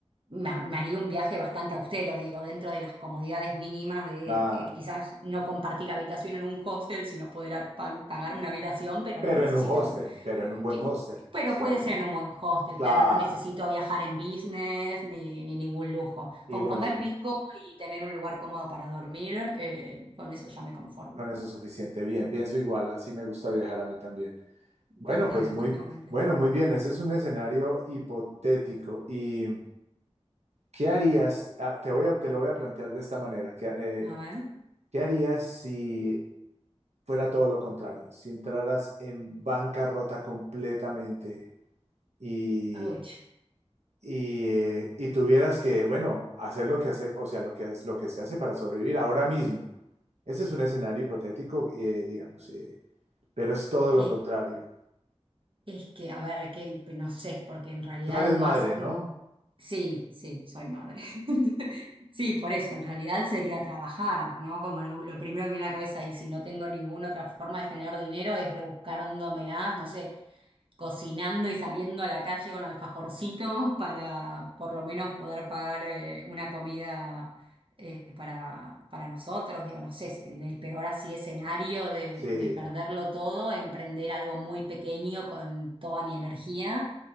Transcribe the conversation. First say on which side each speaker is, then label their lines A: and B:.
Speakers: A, on the right; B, on the right.
A: me, ha- me haría un viaje bastante austero, digo, dentro de las comodidades mínimas de,
B: Claro.
A: de quizás no compartir habitación en un hostel, sino poder a- pa- pagarme una habitación, pero
B: Pero
A: no necesito,
B: en un hostel, pero en un buen
A: que-
B: hostel,
A: pero
B: ¿cierto?
A: puede ser en un buen hostel,
B: Claro.
A: claro, no necesito viajar en business ni, ni ningún lujo.
B: Igual
A: Con comer
B: yo,
A: rico y tener un lugar cómodo para dormir, eh, con eso ya me conformo.
B: con eso es suficiente. Bien, pienso igual, así me gusta viajar a mí también. Bueno,
A: Total,
B: pues muy,
A: totalmente.
B: bueno, muy bien. Ese es un escenario hipotético. ¿Y qué harías? Ah, te voy a, te lo voy a plantear de esta manera. ¿Qué, eh,
A: A ver,
B: qué harías si fuera todo lo contrario? Si entraras en bancarrota completamente y,
A: ouch.
B: y, eh, y tuvieras que, bueno, hacer lo que hace, o sea, lo que, es- lo que se hace para sobrevivir ahora mismo. Ese es un escenario hipotético, eh, digamos, eh, pero es todo
A: Eh,
B: lo contrario.
A: es que, a ver, que pues, no sé, porque en realidad
B: Tú eres
A: más,
B: madre,
A: mm,
B: ¿no?
A: sí, sí, soy madre. <laughs> Sí, por eso, en realidad sería trabajar, ¿no? Como lo, lo primero que me viene a la cabeza y si no tengo ninguna otra forma de generar dinero es rebuscándomelas, no sé, cocinando y saliendo a la calle con alfajorcitos para por lo menos poder pagar eh, una comida eh, para, para nosotros. Digo, no sé, si en el peor así escenario de,
B: Sí,
A: de perderlo todo, emprender algo muy pequeño con toda mi energía.